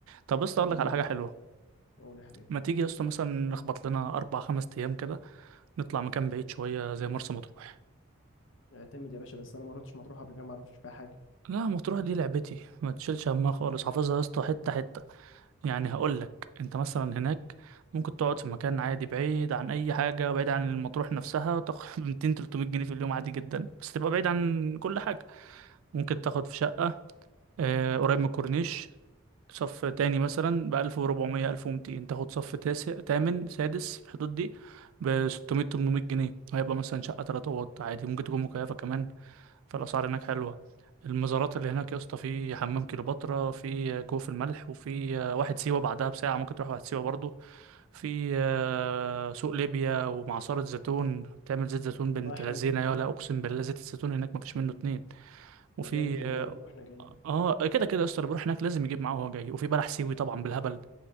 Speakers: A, on the right; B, on the left.
A: طب بس اقول
B: جميلة
A: لك على حاجه
B: جميلة
A: حلوه
B: قول يا حبيبي
A: ما تيجي يا اسطى مثلا نخبط لنا اربع خمس ايام كده نطلع مكان بعيد شويه زي مرسى مطروح
B: اعتمد يا باشا بس انا ما رحتش مطروح قبل كده ما اعرفش فيها حاجة
A: لا مطروح دي لعبتي ما تشيلش همها خالص حافظها يا اسطى حته حته يعني هقول لك انت مثلا هناك ممكن تقعد في مكان عادي بعيد عن اي حاجه بعيد عن المطروح نفسها وتاخد <laughs> 200 300 جنيه في اليوم عادي جدا بس تبقى بعيد عن كل حاجه ممكن تاخد في شقة آه، قريب من الكورنيش صف تاني مثلا بألف وربعمية ألف ومتين تاخد صف تاسع تامن سادس في الحدود دي بستمية تمنمية جنيه هيبقى مثلا شقة تلات أوض عادي ممكن تكون مكيفة كمان فالأسعار هناك حلوة المزارات اللي هناك يا اسطى في حمام كليوباترا في كوف الملح وفي آه، واحد سيوة بعدها بساعة ممكن تروح واحد سيوة برضه في آه، سوق ليبيا ومعصرة زيتون تعمل زيت زيتون بنت
B: والله حلو
A: لذينة يا لا أقسم بالله زيت الزيتون هناك مفيش منه اتنين وفي
B: ما جامد ده نبقى
A: آه،
B: نجيب واحنا جايين
A: اه كده كده يا اسطى اللي بيروح هناك لازم يجيب معاه وهو جاي وفي بلح سيوي طبعا بالهبل